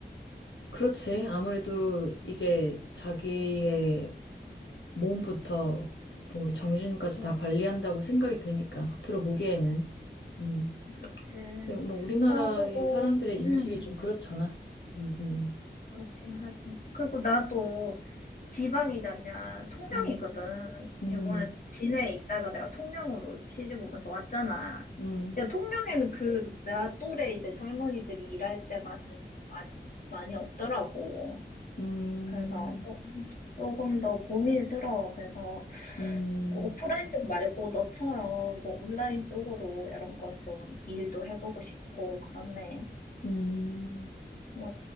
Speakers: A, on the left; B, on the left.
A: 그렇지. 아무래도 이게 자기의 몸부터 뭐 정신까지
B: 응.
A: 다 관리한다고 생각이 드니까, 겉으로 보기에는. 음.
B: 그치.
A: 그래서 뭐 우리나라의
B: 아, 그리고,
A: 사람들의 인식이
B: 음,
A: 좀 그렇잖아. 음, 음.
B: 그렇긴 하지. 그리고 나도 지방이잖냐. 통영이거든.
A: 음, 음,
B: 이번에 진해에 있다가 내가 통영으로 시집 오면서 왔잖아.
A: 음,
B: 야, 통영에는 그, 나 또래 이제 젊은이들이 일할 때가 좀 많이, 많이 없더라고.
A: 음,
B: 그래서 조금, 조금 더 고민스러워. 그래서
A: 음,
B: 그 오프라인 쪽 말고 너처럼 뭐 온라인 쪽으로 이런 거 좀 일도 해보고 싶고, 그렇네.
A: 음.
B: 뭐,